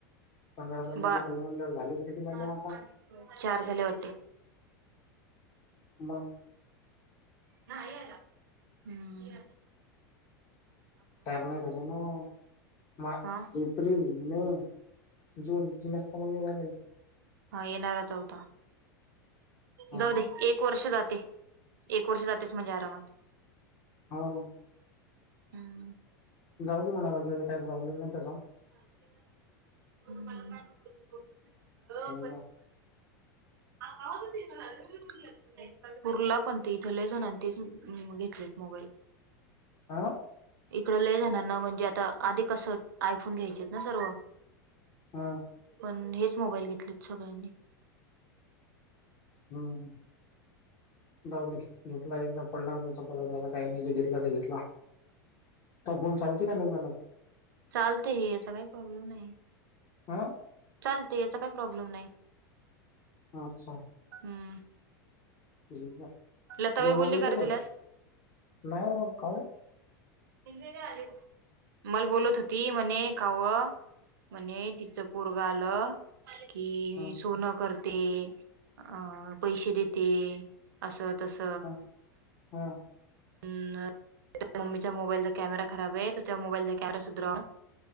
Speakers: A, on the left; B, on the right.
A: पंधरा महिन्याची
B: बा
A: फी म्हणल्यावर झालेच किती महिने
B: चार
A: आता
B: झाले वाटत.
A: मग
B: नाई आला.. ह्म्म..
A: चार नाही झाले ना... मा..
B: हा
A: एप्रिल, मे जून तीनच तर महिने झाले
B: हा येणारा चौथा
A: हा
B: जाऊ दे एक वर्ष जाते एक वर्ष जातेच म्हणजे आरामात.
A: हो.
B: हम्म.
A: जाऊ दे म्हणाव ज्याजा काय प्रॉब्लेम नाही तसा.
B: हम्म.
A: बरोबर.
B: <inaudible> पुरला पण ते इथ लय जणांन तेच घेतलेत मोबाईल.
A: आं?
B: इकडं लय जणांना म्हणजे आता आधी कसं आयफोन घ्यायचेत ना सर्व
A: हां.
B: पण हेच मोबाईल घेतलेत सगळ्यांनी.
A: हम्म. जाऊ दे घेतला एकदा पडला त्याचा <unintelligible> काही नाही घेतला ते घेतला. तुवा फोन चालते का नाही चालत?
B: चालते हे याचा काही प्रॉब्लेम नाही.
A: अं?
B: चालते याचा काय प्रॉब्लेम नाही.
A: अच्छा.
B: हम्म.
A: जेवण
B: लताबाई बोलली
A: वगैरे
B: का रे
A: केल
B: तुला
A: नाय वा काय?
B: <inaudible> मला बोलत होती म्हणे कावं म्हणे तिचं पोरगं आलं कि
A: हा
B: सोनं करते अ पैसे देते असं तस.
A: हा हा.
B: अ मम्मीच्या मोबाईलचा कॅमेरा खराबय तर तो त्या कॅमेरा सुधरा.